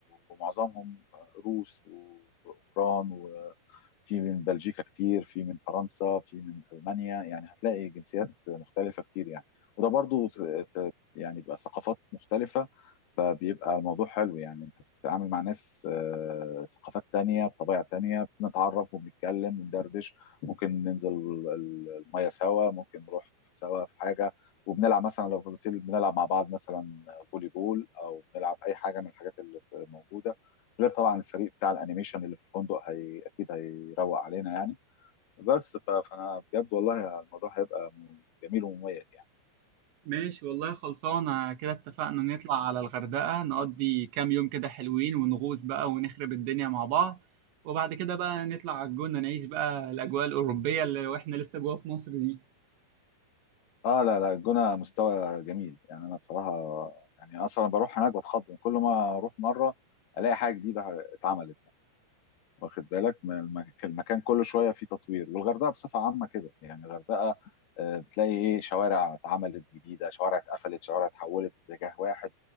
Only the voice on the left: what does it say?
ومعظمهم روس وأوكران وفي من بلجيكا كتير في من فرنسا في من ألمانيا يعني هتلاقي جنسيات مختلفة كتير يعني وده برضو ت- ت- يعني بقى ثقافات مختلفة فبيبقى الموضوع حلو يعني انت بتتعامل مع ناس آه، ثقافات تانية بطبيعة تانية بنتعرف وبنتكلم وندردش ممكن ننزل ال- ال- المية سوا ممكن نروح سوا في حاجة وبنلعب مثلا لو في الاوتيل بنلعب مع بعض مثلا فولي بول او بنلعب اي حاجة من الحاجات اللي في- موجودة غير طبعا الفريق بتاع الانيميشن اللي في الفندق هي اكيد هيروق علينا يعني بس ف- فانا بجد والله الموضوع هيبقى م- جميل ومميز يعني
اه لا لا الجونه مستوى جميل يعني انا بصراحه يعني اصلا بروح هناك بتخض كل ما اروح مره الاقي حاجه جديده اتعملت يعني واخد بالك من المك- المكان كل شويه فيه تطوير والغردقه بصفه عامه كده يعني الغردقه آه، بتلاقي ايه شوارع اتعملت جديده شوارع اتقفلت شوارع اتحولت اتجاه واحد